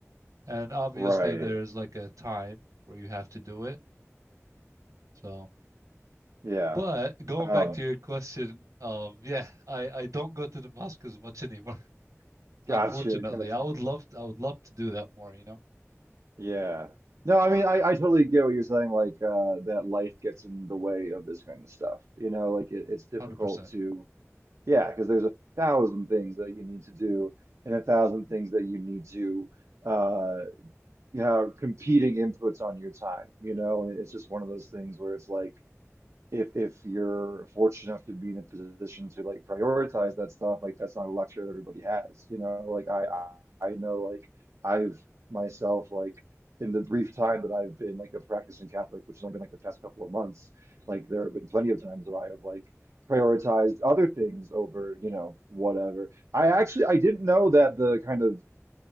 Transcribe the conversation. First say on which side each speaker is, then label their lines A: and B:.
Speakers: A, on the right; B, on the right.
A: And obviously,
B: right.
A: there's like a time where you have to do it. So.
B: Yeah.
A: But going
B: Um,
A: back to your question, um, yeah, I, I don't go to the mosque as much anymore, <laughs>
B: gotcha,
A: unfortunately.
B: gotcha.
A: I would love I would love to do that more, you know,
B: Yeah. No, I mean I, I totally get what you're saying, like uh that life gets in the way of this kind of stuff. You know, like it, it's difficult
A: 100%.
B: to yeah, because there's a thousand things that you need to do and a thousand things that you need to uh yeah, competing inputs on your time, you know, and it's just one of those things where it's like if if you're fortunate enough to be in a position to like prioritize that stuff, like that's not a luxury that everybody has, you know, like I I I know like I've myself like in the brief time that I've been like a practicing Catholic, which has only been like the past couple of months,
A: Mhm.
B: like there have been plenty of times where I have like prioritized other things over, you know, whatever. I actually I didn't know that the kind of